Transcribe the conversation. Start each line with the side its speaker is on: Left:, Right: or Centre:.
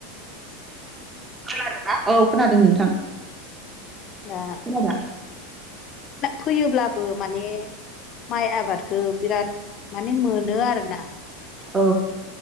Right: खोनादोंना औ खोनादों नोंथां।
Left: दा
Right: खोनादों
Left: फोयोब्लाबो माने माइ आबादखौ बिराद माने मोनो आरो ना।
Right: औ